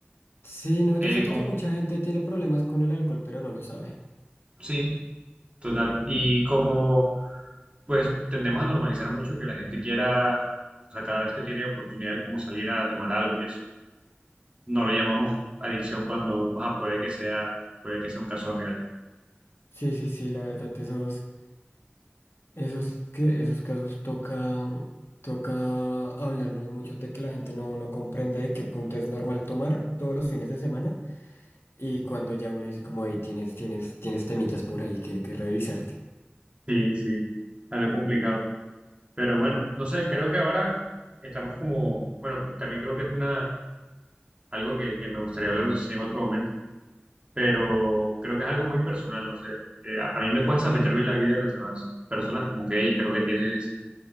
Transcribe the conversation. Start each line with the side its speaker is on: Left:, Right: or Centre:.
Left: Sí, no, yo
Right: Eh,
Left: siento
Right: como,
Left: que mucha gente tiene problemas con el alcohol, pero no lo sabe.
Right: sí, total. Y como pues tendemos a normalizar mucho que la gente quiera, o sea, cada vez que tiene oportunidad de como salir a tomar algo y eso, no lo llamamos adicción cuando, o sea, puede que sea, puede que sea un caso real.
Left: Sí, sí, sí, la verdad, esos, esos, que, esos casos toca, toca hablarlos mucho de que la gente no, no comprende de qué punto es normal tomar todos los fines de semana y cuando ya uno dice como, ahí tienes, tienes, tienes temitas por ahí que, que revisarte.
Right: Sí, sí, algo complicado. Pero bueno, no sé, creo que ahora estamos como, bueno, también creo que es una algo que, que me gustaría hablar, no sé si en otro momento, pero creo que es algo muy personal, no sé. Eh, a, a mí me cuesta meterme en la vida de las demás personas, como que, y creo que tienes,